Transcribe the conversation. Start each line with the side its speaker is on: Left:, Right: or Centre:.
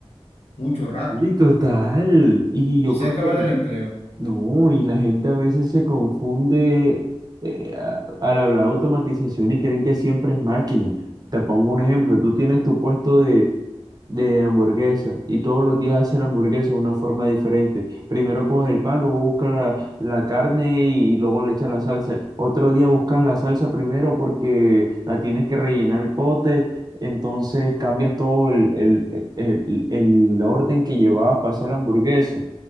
Left: mucho rato.
Right: Sí, total. Y
Left: Y
Right: yo
Left: se
Right: creo
Left: acaba
Right: que
Left: del empleo.
Right: no, y la gente a veces se confunde eh, a- al hablar de automatización y creen que siempre es máquina. Te pongo un ejemplo, tú tienes tu puesto de, de hamburguesa y todos los días hacen hamburguesa de una forma diferente. Primero coge el pan, luego buscas la, la carne y, y luego le echas la salsa. Otro día buscas la salsa primero porque la tienes que rellenar el pote, entonces cambias todo el, el, el, el orden que llevabas para hacer la hamburguesa.